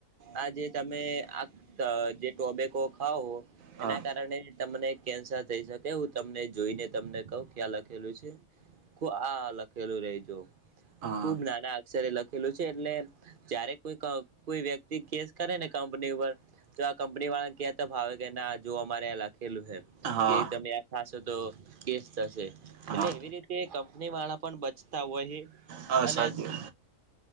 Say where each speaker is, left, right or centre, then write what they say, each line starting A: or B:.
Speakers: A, on the right (about 50°); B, on the right (about 75°).
A: આ જે તમે આ જે ટોબેકો ખાવો,
B: હા
A: એના કારણે તમને કેન્સર થઈ શકે. હું તમને જોઈને તમને ક ક્યાં લખેલું છે? આ લખેલું રહી જ,
B: હા
A: ખુબ નાના સર લખેલું છે એટલે જયારે કોઈ-કોઈ વ્યક્તિ કેસ કરે ને કંપની ઉપર, તો આ કંપની વાળા ફાવે કે ના, જુઓ, અમારે લખેલું છે
B: હા
A: કે, તમે ખાશો તો કેસ થશે.
B: હા
A: એટલે એવી રીતે કંપની વાળા પણ બચતા હોય
B: હા
A: અને
B: સાચું